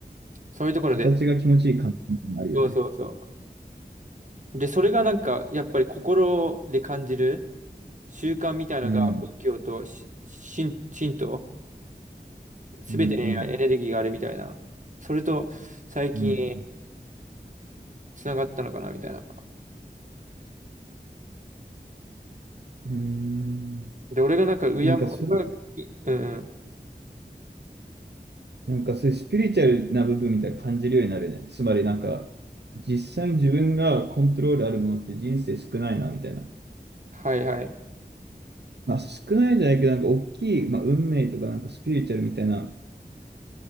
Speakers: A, on the right (about 45°); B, on the right (about 80°).
A: そういうところで、
B: 形が気持ちいい感じになるよね
A: そうそうそう。で、それがなんか、やっぱり心で感じる習慣みたいなのが、
B: うん
A: 仏教とし神神道、すべてにエネルギーがあるみたいな。
B: うん
A: それと、最近、
B: うん
A: つながったのかなみたいな。
B: うん
A: で、俺がなんか、うやま、
B: なんかそう
A: 俺がいうん、うん、
B: なんかそういうスピリチュアルな部分みたいな感じるようになるねつまりなんか実際に自分がコントロールあるものって人生少ないなみたいな
A: はいはい。
B: まあ、少ないじゃないけど、なんか大きい、まあ、運命とかなんかスピリチュアルみたいな、